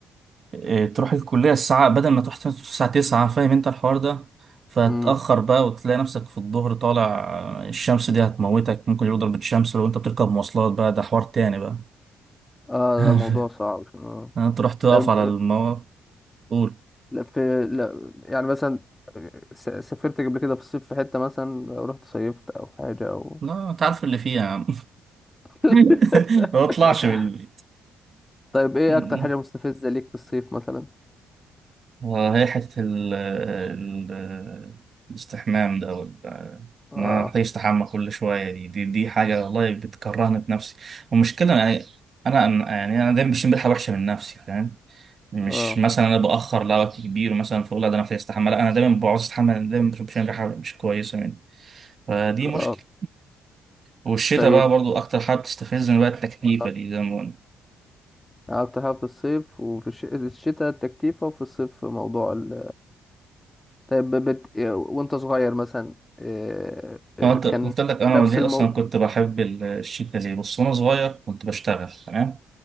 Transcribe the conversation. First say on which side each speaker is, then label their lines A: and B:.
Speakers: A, on the right (about 45°); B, on the left (about 15°).
A: آه، تروح الكلية الساعة بدل ما تروح الساعة 9 فاهم انت الحوار ده فتأخر
B: امم
A: بقى وتلاقي نفسك في الظهر طالع آه، الشمس دي هتموتك ممكن يضرب الشمس لو انت بتركب مواصلات بقى ده حوار تاني بقى
B: اه
A: <laughs>
B: ده موضوع صعب اه
A: انت رحت تقف
B: طب،
A: على
B: آه،
A: المواقف قول
B: لا في لا يعني مثلا آه، س- سافرت قبل كده في الصيف في حتة مثلا رحت صيفت أو حاجة أو
A: لا انت عارف اللي فيها يا عم
B: <laughs>
A: <laughs> ما اطلعش من البيت
B: طيب إيه
A: <laughs>
B: أكتر حاجة مستفزة ليك في الصيف مثلا؟
A: آه، هي حتة ال ال- الاستحمام ده ولا
B: اه
A: إن أنا أحتاج أستحمى كل شوية دي دي, دي حاجة والله بتكرهني في نفسي والمشكلة يعني أنا إيه، أنا- يعني أنا دايما بشم ريحة وحشة من نفسي فاهم مش
B: اه
A: مثلا أنا بأخر لوقت كبير مثلا فأقول لا ده أنا محتاج أستحمى لا أنا دايما بعوز أستحمى أنا دايما بشم ريحة مش كويسة مني فدي
B: اه
A: مشكلة والشتاء
B: طيب
A: بقى برضو اكتر حاجه بتستفزني بقى التكليفه
B: آه.
A: دي زي ما قلنا
B: قعدت حاجة في الصيف وفي الش- الشتاء التكتيفة وفي الصيف موضوع ال... طيب بت... وانت صغير مثلا آه، آه،
A: أنا قلت
B: كان
A: قلت لك انا
B: نفس
A: ليه
B: الموضوع
A: اصلا كنت بحب ال- الشتاء ليه بص وانا صغير كنت بشتغل تمام